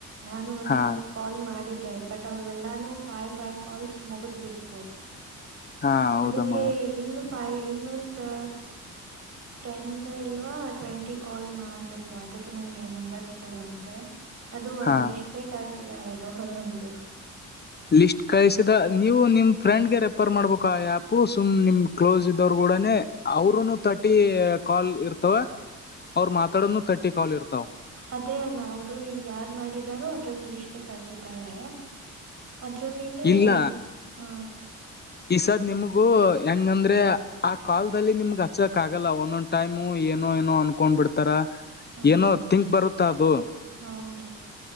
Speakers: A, on the right; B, on the left.
A: ನಾನು ಒಂದ್
B: ಹಾ
A: ಸ್ವಲ್ಪ ಕಾಲ್ ಮಾಡಿದ್ದ ಬಟ್ ಅವ್ರೆಲ್ಲಾನು ಫೈ್ ಫೈ್ ಕಾಲ್ಸ್ ಮುಗದ್ ಬಿಿಟ್ು
B: ಹಾ ಹೌದಮ್ಮ
A: ಅದಕ್ಕೆ ಇನ್ನು ಫೈ ಇನ್ನೊಂದು ಟೆನ್ ಇಲ್ವಾ ಟ್ವೆಂಟಿ ಕಾಲ್ ಮಾಡ್ಬೇಕು ಅದಕ್ಕೆ ನಂಗೆ ನಂಬರ್ಸ್ ಕೊಡು ಅಂದೆ ಅದು ಒಂದ್
B: ಹಾ
A: ಲಷ್ಟೇ ಕಷ್ಟ ನಾಳೆ ದೋಡೋದು ಒಂದು
B: ಲಿಸ್ಟ್ ಕಳಿಸಿದ ನೀವು ನಿಮ್ ಫ್ರೆಂಡ್ಗೆ ರೆಫರ್ ಮಾಡ್ಬೇಕು ಆ ಆಪ್ು ಸುಮ್ ನಿಮ್ ಕ್ಲೋಸ್ ಇದ್ದವರು ಕೂಡನೆ ಅವರುನು ತರ್ಟಿ ಕಾಲ್ ಇರ್ತವ ಅವ್ರ ಮಾತಾಡೋನು ತರ್ಟಿ ಕಾಲ್ ಇರ್ತವ
A: ಅದೇ ಅಣ್ಣ ಅವರು ಯಾರ್ು ಮಾಡಿದಾರೋ ಅದ್ರದಲಿ ಇಷ್ಟ ಕಸಿದ್ದಾಳೆ ಅದ್ರಲ್ಲಿನೇ
B: ಇಲ್ಲ
A: ಹಾ
B: ಈ ಸದ್ ನಿಮಗೂ ಹೆಂಗಂದ್ರೆ ಆ ಕಲ್ದಲ್ಲಿ ನಿಮ್ಗ ಹಚ್ಚಕ್ ಆಗಲ್ಲ ಒಂದೊಂದ್ ಟೈಮು ಏನೋ ಏನೋ ಅನ್ಕೊಂಡ್ ಬಿಿಡ್ತಾರ
A: ಹಾ
B: ಏನೋ ತಿಂಕ್ ಬರುತ್ತೆ ತಾಬ
A: ಹೌದು